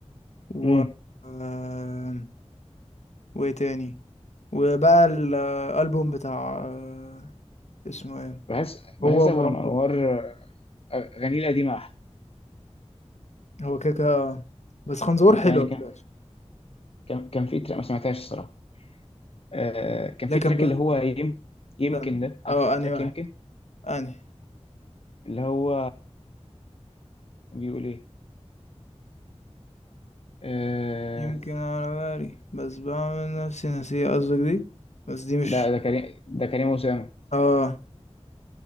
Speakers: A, on the left; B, on the left.
A: و
B: امم
A: آه، وايه تاني وبقى الالبوم بتاع آه، اسمه ايه
B: بحس بحس
A: هو ومروان
B: ابو انوار
A: بابلو
B: آه، اغانيه القديمة احلى
A: هو كده كده- بس خنزور
B: آه،
A: حلوة
B: كان- يعني
A: بتاعش
B: كان كان كان في تراك ما سمعتهاش الصراحة آه كان
A: لا
B: في
A: كان
B: تراك
A: بيقول
B: اللي هو يم... يمكن
A: استنى
B: ده عارف
A: اه اني
B: تراك
A: واحد
B: يمكن
A: اني
B: اللي هو بيقول ايه آه...
A: يمكن على بالي بس بعمل نفسي نسيه قصدك دي بس دي مش
B: لا ده كريم ده كريم أسامة
A: اه